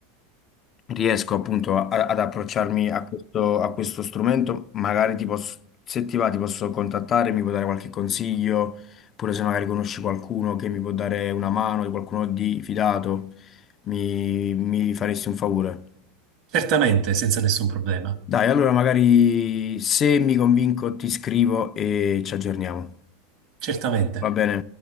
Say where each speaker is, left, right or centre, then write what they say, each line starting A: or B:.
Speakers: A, on the left; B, on the right.
A: riesco appunto a- ad approcciarmi a questo, a questo strumento, magari ti posso, se ti va, ti posso contattare, mi puoi dare qualche consiglio, pure se magari conosci qualcuno che mi può dare una mano, di qualcuno di fidato, mi, mi faresti un favore.
B: Certamente, senza nessun problema.
A: Dai, allora magari se mi convinco ti scrivo e ci aggiorniamo.
B: Certamente.
A: Va bene?